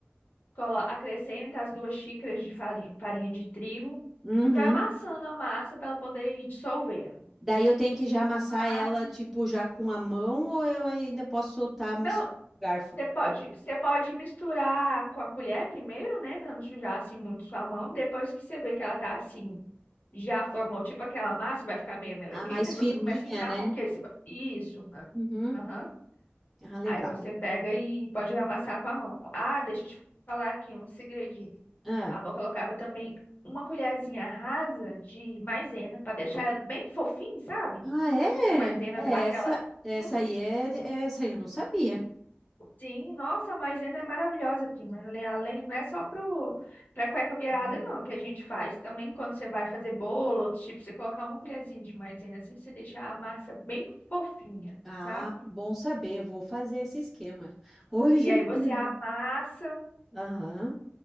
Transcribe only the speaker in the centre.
Uhum.
Daí eu tenho que já amassar
ela, tipo, já com a mão, ou eu ainda posso soltar misturando
com o garfo?
Ah, mais
firminha,
né?
Uhum.
Ah, legal.
Ah,
ah é?
É,
essa, essa
aí é, essa aí eu não sabia.
Hum.
Ah,
bom saber, eu vou fazer esse esquema. <laughs> Hoje
mesmo.
Aham,